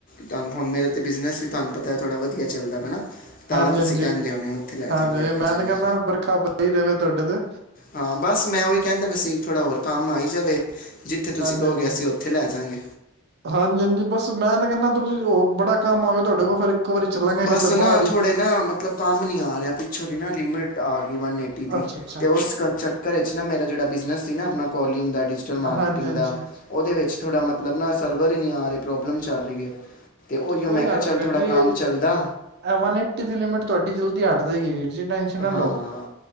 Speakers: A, on the left (about 40°); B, on the right (about 50°).
A: ਤੁਹਾਨੂੰ ਹੁਣ ਮੇਰੇ ਤੇ ਬਿਜ਼ਨਸ ਵੀ ਤੁਹਾਨੂੰ ਪਤਾ ਥੜਾ ਵਧੀਆ ਚੱਲਦਾ ਪਯਾ ਨਾ ਤਾਂ
B: ਹਾਂਜੀ
A: ਤੁਸੀਂ
B: ਹਾਂਜੀ
A: ਕਹਿੰਦੇ ਹੋਣੇ ਉੱਥੇ ਲੈ
B: ਹਾਂਜੀ
A: ਜਾ ਲੈ ਕੇ
B: ਮੈਂ
A: ਜਾਣਾ
B: ਤਾਂ ਕਹਿੰਦਾ ਬਰਖਾ ਪਈ ਰਵੇ ਤੁਹਾਡੇ ਤੇ
A: ਹਾਂ ਬਸ ਮੈਂ ਉਹੀ ਕਹਿੰਦਾ ਪਯਾ ਸੀ ਥੋੜ੍ਹਾ ਹੋਰ ਕੰਮ ਆਈ ਜਾਵੇ ਜਿੱਥੇ ਤੁਸੀਂ
B: ਹਾਂਜੀ-ਹਾਂਜੀ,
A: ਕਹੋਗੇ ਅਸੀਂ ਉੱਥੇ ਲੈ ਜਾਾਂਗੇ
B: ਹਾਂਜੀ-ਹਾਂਜੀ ਬਸ ਮੈਂ ਤੇ ਕਹਿੰਣਾ ਤੁਸੀਂ ਉਹ ਬੜਾ ਕੰਮ ਆਵੇ ਤੁਹਾਡੇ ਕੋਲ ਫਿਰ ਵਾਰੀ ਚੱਲਾਂਗੇ
A: ਬਸ
B: ਕਿਤੇ
A: ਨਾ
B: ਬਾਹਰ ਹੀ
A: ਥੋੜੇ ਨਾ ਮਤਲਬ ਕੰਮ ਨੀ ਆ ਰਿਹਾ ਪਿੱਛੋਂ ਦੀ ਨਾ ਲਿਮਿਟ ਆ ਵਨ ਏਟੀ ਦੀ
B: ਅੱਛਾ ਅੱਛਾ
A: ਉਸ ਚੱਕਰ ਚ ਮੇਰਾ ਜਿੜਾ ਬਿਜ਼ਨਸ ਸੀ ਨਾ ਆਪਨਾ ਕਲਿੰਗ ਦੈਟ ਡਿਜੀਟਲ ਮਾਰਕੀਟਿੰਗ
B: ਹਾਂਜੀ ਹਾਂਜੀ
A: ਦਾ ਉਹਦੇ ਚ ਥੋੜਾ ਮਤਲਬ ਨਾ ਸਰਵਰ ਹੀ ਨਹੀਂ ਆ ਰਹਾ ਪ੍ਰੋਬਲਮ ਚੱਲ ਰਹੀ ਹੈ ਤੇ ਉਓ
B: ਕੋਈ
A: ਮੈਂ
B: ਗੱਲ
A: ਕਿਹਾ ਚੱਲ
B: ਨੀ ਵੀਰ
A: ਥੋੜਾ
B: ਜੀ
A: ਕੰਮ ਚੱਲਦਾ
B: ਵਨ ਏਟੀ ਦੀ ਲਿਮਿਟ ਤੁਹਾਡੀ ਜਲਦੀ ਹਟ ਦੇਗੀ ਵੀ ਟੈਂਸ਼ਨ ਨਾ ਲਓ
A: ਹਾਂ